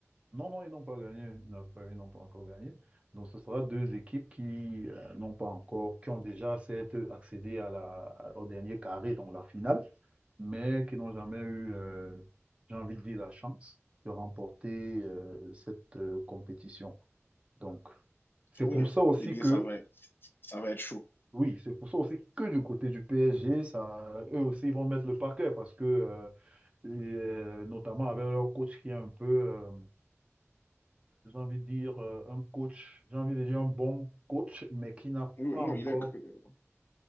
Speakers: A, on the right; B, on the left.
A: Non, non, ils n'ont pas gagné. Ils n'ont pas, ils n'ont pas encore gagné. Donc, ce sera deux équipes qui euh, n'ont pas encore, qui ont déjà certes accédé à la, au dernier carré, donc la finale, mais qui n'ont jamais eu, euh, j'ai envie de dire, la chance de remporter euh, cette euh, compétition. Donc, c'est
B: Oh,
A: pour
B: Oui,
A: ça aussi
B: eh bien,
A: que,
B: ça va, ça va être chaud.
A: oui, c'est pour ça aussi que du côté du PSG, ça, eux aussi, ils vont mettre le paquet parce que, euh, et, euh, notamment avec leur coach qui est un peu, euh, j'ai envie de dire, euh, un coach, j'ai envie de dire un bon coach, mais qui n'a
B: Oui,
A: pas
B: oui,
A: encore
B: non, il est. euh,